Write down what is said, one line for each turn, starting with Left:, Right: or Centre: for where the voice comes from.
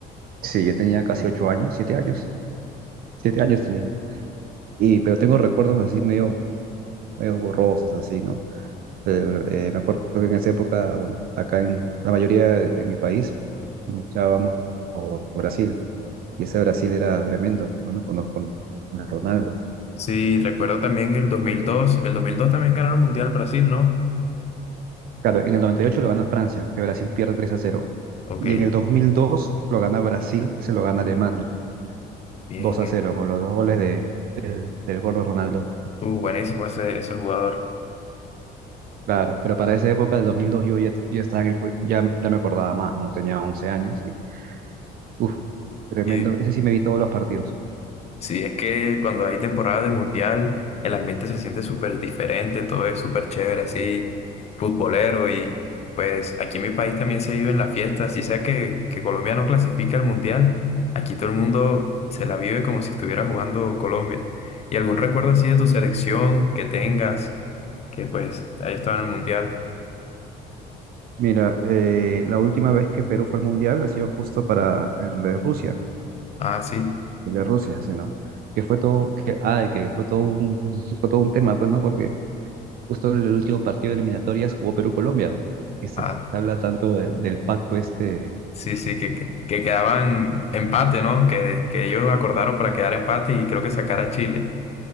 Right: Sí, yo tenía casi ocho años, siete años, siete años tenía. Y, pero tengo recuerdos así medio, medio borrosos, así, ¿no? Pero, eh, me acuerdo que en esa época, bueno, acá en la mayoría en mi país, luchábamos por, por Brasil. Y ese Brasil era tremendo, ¿no? Con, con con Ronaldo.
Left: Sí, recuerdo también que el 2002, el 2002 también ganaron el Mundial Brasil, ¿no?
Right: Claro, en el 98 lo gana Francia, que Brasil pierde 3 a 0.
Left: Ok,
Right: Y en el 2002 lo gana Brasil, se lo gana Alemania,
Left: bien.
Right: 2 a
Left: eh.
Right: 0, con los dos goles de, del gordo Ronaldo.
Left: Uh, buenísimo ese, ese jugador.
Right: Claro, pero para esa época del 2002 yo ya, te- ya estaba en el, co- ya, ya me acordaba más, ¿no? Tenía 11 años y, uff, tremendo.
Left: Y
Right: Ese sí me vi todos los partidos.
Left: Sí, es que cuando hay temporada de mundial, el ambiente se siente súper diferente, todo es súper chévere, así, futbolero. Y pues aquí en mi país también se vive en la fiesta, así sea que, que Colombia no clasifica al mundial, aquí todo el mundo se la vive como si estuviera jugando Colombia. ¿Y algún recuerdo así de tu selección que tengas, que pues haya estado en el mundial?
Right: Mira, eh, la última vez que Perú fue al Mundial ha sido justo para el de Rusia,
Left: Ah, sí,
Right: el de Rusia, sí, ¿no? Que fue todo, que, ay, que fue todo un, fue todo un tema, pues, ¿no? Porque justo en el último partido de eliminatorias jugó Perú-Colombia, y se
Left: ah,
Right: habla tanto de- del pacto este.
Left: sí, sí, que, que, que quedaban empate, ¿no? Que, que ellos acordaron para quedar empate y creo que sacar a Chile.